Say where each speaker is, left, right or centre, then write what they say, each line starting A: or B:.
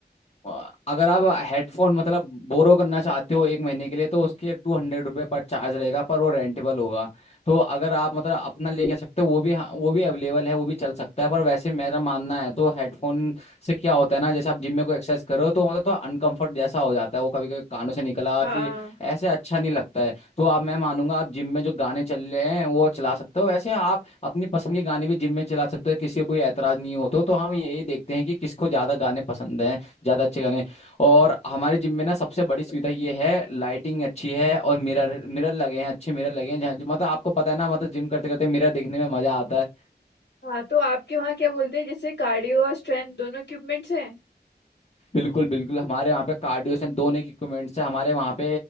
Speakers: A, on the left (about 35°); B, on the left (about 80°).
A: अ, अगर आप हेडफोन मतलब बोरो करना चाहते हो एक महीने के लिए तो उसके टू हंड्रेड रुपये पर चार्ज रहेगा पर वो रेंटेबल होगा तो अगर आप मतलब अपना ले जा सकते हो वो भी हाँ, वो भी अवेलेबल है वो भी चल सकता है पर वैसे मेरा मानना है तो हेडफोन से क्या होता है ना जैसे आप जिम में कोई एक्सरसाइज करो तो मतलब तो अनकंफर्ट जैसा हो जाता है वो कभी कभी कानों से निकला
B: हाँ
A: फिर ऐसे अच्छा नहीं लगता है तो आप मैं मानूंगा आप जिम में जो गाने चल रहे हैं वो चला सकते हो वैसे आप अपनी पसंद के गाने भी जिम में चला सकते हो किसी को कोई एतराज नहीं हो तो, तो हम यही देखते हैं कि किसको ज्यादा गाने पसंद है ज़्यादा अच्छे गाने और हमारे जिम में ना सबसे बड़ी सुविधा ये है लाइटिंग अच्छी है और मिरर मिरर लगे हैं अच्छे मिरर लगे हैं जहाँ जो मतलब आपको पता है ना मतलब जिम करते करते मिरर देखने में मजा आता है
B: हाँ तो आपके वहाँ क्या बोलते हैं जैसे कार्डियो और स्ट्रेंथ दोनों इक्विपमेंट्स हैं
A: बिल्कुल बिल्कुल हमारे वहाँ पे कार्डियोसेन दोनों के इक्विपमेंट्स है हमारे वहाँ पे